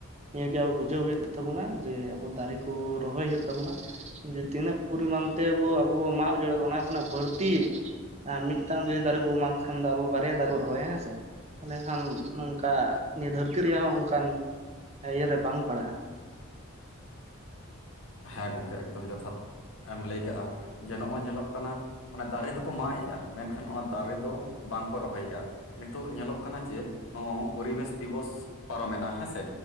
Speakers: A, on the right; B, on the left.
A: ᱱᱤᱭᱟᱹᱟᱹᱜᱮ ᱟᱵᱚ ᱵᱩᱡᱷᱟᱹᱣ ᱦᱩᱭᱩᱜᱼᱟ ᱛᱚ ᱚᱱᱟ ᱜᱮ ᱡᱮ ᱟᱵᱚ ᱫᱟᱨᱮ ᱠᱚ ᱨᱚᱦᱚᱭ ᱦᱩᱭᱩᱜ ᱛᱟᱵᱚᱱᱟ ᱡᱮ ᱛᱤᱱᱟᱹᱜ ᱯᱚᱨᱤᱢᱟᱱ ᱛᱮᱵᱚ ᱟᱵᱚ ᱵᱚ ᱢᱟᱜ ᱩᱡᱟᱹᱲᱫᱟ ᱚᱱᱟ ᱠᱷᱚᱱᱟᱜ ᱵᱟᱹᱲᱛᱤ ᱟᱨ ᱢᱤᱫᱴᱟᱝ ᱡᱩᱫᱤ ᱫᱟᱨᱮ ᱵᱚᱱ ᱢᱟᱜ ᱠᱷᱟᱱ ᱫᱚ ᱟᱵᱚ ᱵᱟᱨᱭᱟ ᱫᱟᱨᱮ ᱵᱚᱱ ᱨᱚᱦᱚᱭᱟ ᱦᱮᱸ ᱥᱮ ᱛᱟᱦᱚᱞᱮ ᱠᱷᱟᱱ ᱱᱚᱝᱠᱟ ᱱᱤᱭᱟᱹ ᱫᱷᱟᱹᱨᱛᱤ ᱨᱮᱭᱟᱜ ᱦᱚᱸ ᱚᱱᱠᱟᱱ ᱤᱭᱟᱹᱨᱮ ᱵᱟᱝ ᱯᱟᱲᱟᱜᱼᱟ
B: ᱦᱮᱸ ᱜᱚᱢᱠᱮ ᱮᱠᱫᱚᱢ ᱡᱚᱛᱷᱟᱛ ᱮᱢ ᱞᱟᱹᱭ ᱠᱟᱜᱼᱟ ᱡᱮ ᱱᱚᱜᱼᱚᱭ ᱧᱮᱞᱚᱜ ᱠᱟᱱᱟ ᱢᱮ ᱫᱟᱨᱮ ᱫᱚᱠᱚ ᱢᱟᱜ ᱮᱜᱼᱟ ᱢᱮᱱᱠᱷᱟᱱ ᱚᱱᱟ ᱫᱟᱨᱮ ᱫᱚ ᱵᱟᱝᱠᱚ ᱨᱚᱦᱚᱭᱮᱫᱼᱟ ᱱᱤᱛᱳᱜ ᱧᱮᱞᱚᱜ ᱠᱟᱱᱟ ᱡᱮ ᱱᱚ ᱯᱚᱨᱤᱵᱮᱥ ᱫᱤᱵᱚᱥ ᱯᱟᱨᱚᱢᱮᱱᱟ ᱦᱮᱸ ᱥᱮ